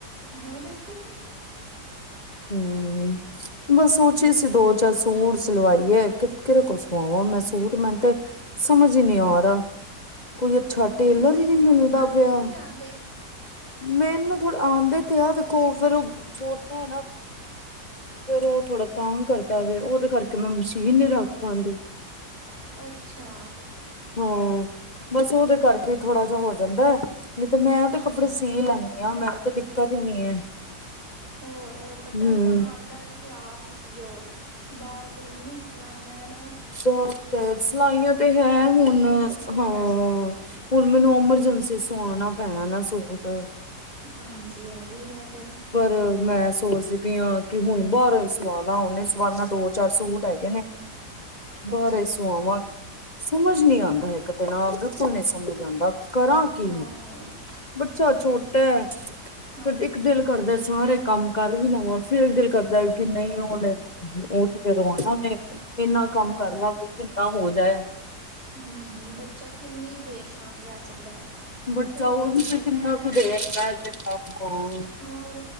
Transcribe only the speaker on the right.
ਹੋਰ ਹੂ ਹੁ।
ਬੱਚੇ
ਦੇ ਬਸ
ਹਮ
ਤੁਸੀਂ
ਤੁਹਾਨੂੰ
ਨੀ ਸੀਣੇ ਆਉਂਦੇ
ਅੱਛਾ
ਤਾਂ
ਹੀ
ਹਮ
ਹੋਰ ਪਤਾ
ਤੁਹਾਨੂੰ ਆਉਂਦਾ ਤੁਸੀਂ ਆਪ ਹੀ ਸੀਓ ਬਾਹਰ ਤੇ ਇੰਨੀ ਸ ਸਲਾਈਆਂ ਏ ਨ
ਵੀ
ਬੜੇ
ਪੈਸੇ ਲੈਂਦੀਆਂ ਨੇ
ਹਾਂਜੀ ਇਹ ਵੀ ਹੈ ਫਿਰ
ਅੱਛਾ
ਆਹੋ
ਹਾਂਜੀ
ਹਾਂ
ਹੁੰ- ਹੁੰ, ਬੱਚਾ, ਕਿੰਨੀ ਦੇਰ ਸ਼ਾਂਤ ਬੈਠ ਸਕਦਾ ਹੈ?
ਥੋੜ੍ਹੀ ਦੇਰ ਉਹਨੇ ਬਹਿਣਾ ਹੈ ਹੋਰ,